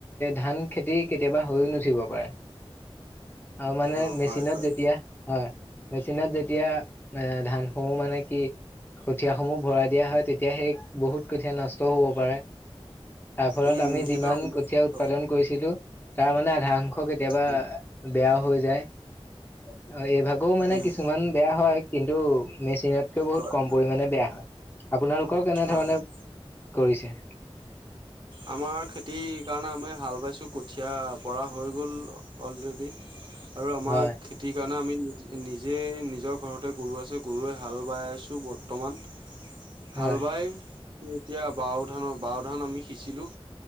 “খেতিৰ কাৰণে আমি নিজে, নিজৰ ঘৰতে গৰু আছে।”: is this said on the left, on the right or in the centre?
Right